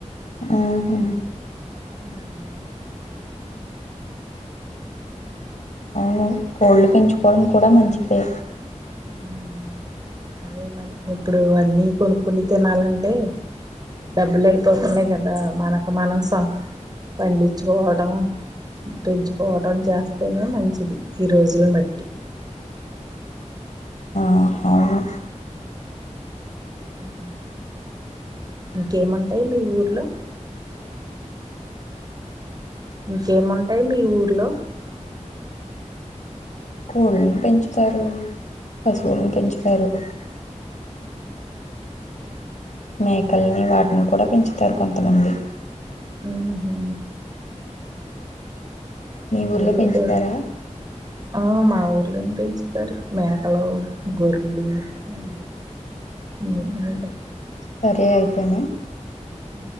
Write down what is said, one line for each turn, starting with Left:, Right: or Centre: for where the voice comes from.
Left: ఉహ్మ
Right: హ్మ్
Left: హ్మ్ అవును కోళ్లు పెంచుకోడం కూడ మంచిదే
Right: హ్మ్ అదే మరి ఇప్పుడు అన్నీ కొనుకుని తినాలంటే డబ్బులు అయిపోతున్నాయి కదా మనకు మనం పండించుకోవడం పెంచుకోవటం చేస్త టేనే మంచిది ఈరోజులను బట్టి
Left: ఆ అవును
Right: హ్మ్ ఇంకేముంటయి మీ ఊర్లో ఇంకేముంటయి మీ ఊర్లో
Left: కోళ్లను పెంచుతారు పశువులని పెంచుతారు ఊ మేకల్ని వాట్ టిని కూడా పెంచుతారు కొంతమంది
Right: ఉహు
Left: మీ ఊర్లో
Right: అయ్యేపి
Left: పెంచుతారా?
Right: ఆ మా ఊర్ లను పెంచుతారు మేకలు గొర్లు అవి <inaudible> ఉంటై
Left: సరే అయితేనే
Right: ఊ